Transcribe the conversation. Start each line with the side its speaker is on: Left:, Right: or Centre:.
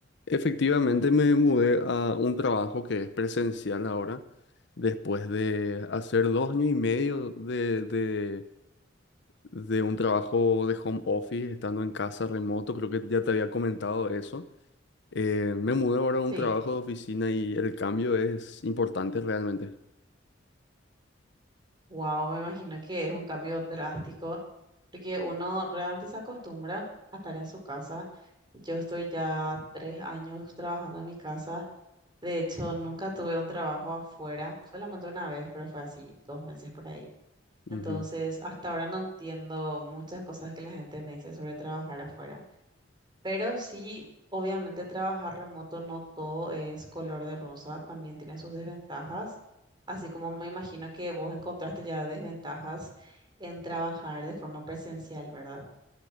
Left: Efectivamente me mudé a un trabajo que es presencial ahora, después de hacer dos años y medio de, de, de un trabajo de home office, estando en casa remoto, creo que ya te había comentado eso. Eh, me mudé ahora a un
Right: Sí,
Left: trabajo de oficina y el cambio es importante realmente.
Right: wow, me imagino que es un cambio drástico, porque uno realmente se acostumbra a estar en su casa. Yo estoy ya tres años trabajando en mi casa. De hecho, nunca tuve un trabajo afuera, solamente una vez, pero fue así, dos meses por ahí. Entonces,
Left: Ujú.
Right: hasta ahora no entiendo muchas cosas que la gente me dice sobre trabajar afuera. Pero sí, obviamente trabajar remoto no todo es color de rosa, también tiene sus desventajas, así como me imagino que vos encontraste ya desventajas en trabajar de forma presencial, ¿verdad?